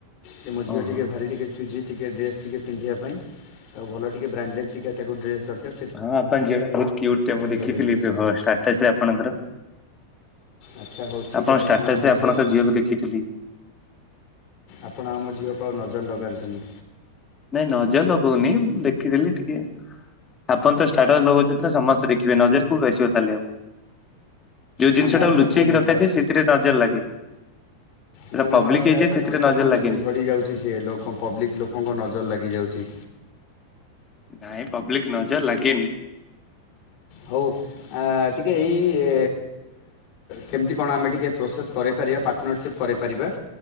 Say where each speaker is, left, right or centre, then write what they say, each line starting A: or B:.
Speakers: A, on the left (about 40°); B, on the left (about 20°).
A: ଯେ ମୋ ଝିଅ
B: ଓହୋ।
A: ଟିକେ ଭାରି ଟିକେ ଚୁଜି ଟିକେ ଡ୍ରେସ୍ ଟିକେ ପିନ୍ଧିବା ପାଇଁ, ତ ଭଲ ଟିକେ ବ୍ରାଣ୍ଡେଡ୍ ଟିକେ ତାକୁ ଡେସ୍ ଦରକାର୍।
B: ହଁ ଆପଣ ଝିଅ <unintelligible> କ୍ୟୁଟ ଟେ ମୁଁ ଦେଖିଥିଲି
A: କରିବୁ
B: ଷ୍ଟାଟସ୍ ଆପଣଙ୍କର।
A: ଆଚ୍ଛା ହଉ ଠିକ୍
B: ଆପଣଙ୍କ
A: ଅଛି
B: ଷ୍ଟାଟସ୍
A: ଆପଣ ଆଉ ମୋ
B: ରେ ଆପଣଙ୍କ
A: ନ
B: ଝିଅକୁ ଦେଖିଥିଲି।
A: ଆପଣ ଆମ ଝିଅକୁ ଆଉ ନଜର ଲଗାନ୍ତୁନି।
B: ନାଇଁ ନଜର ଲଗଉନି, ଦେଖିଥିଲି ଟିକେ। ଆପଣ ତ ଷ୍ଟାଟସ୍ ଲଗୁଛନ୍ତି ତ ସମସ୍ତେ ଦେଖିବେ ନଜର କୋଉଠି ଆସିବ ତାହେଲେ ଆଉ। ଯେଉଁ ଜିନିଷଟାକୁ
A: ନା ମୁଁ ଆଉ ପକଉନି
B: ଲୁଚେଇକି ରଖାଯାଏ
A: ତାର
B: ସେଥିରେ ନଜର ଲାଗେ। ସେଟା
A: ନା ନା
B: ପବ୍ଲିକ
A: ମୁଁ ଆଉ ସେ
B: ହେଇଯାଏ
A: ଆଉ ତାକୁରେ
B: ସେଥିରେ
A: ପକଉନି
B: ନଜର ଲାଗେନି।
A: ସେ ଝଡ଼ିଯାଉଛି ସେ ଲୋକ ପବ୍ଲିକ୍ ଲୋକଙ୍କ ନଜର ଲାଗିଯାଉଛି।
B: ନାଇଁ ପବ୍ଲିକ ନଜର୍ ଲାଗେନି।
A: ହୋଉ। ଆ- ଟିକିଏ ଇଏ କେମିତି କଣ ଆମେ ଟିକେ ପ୍ରୋସେସ୍ କରେଇପାରିବା ପାର୍ଟନରସିପ୍ କରେଇପାରିବା।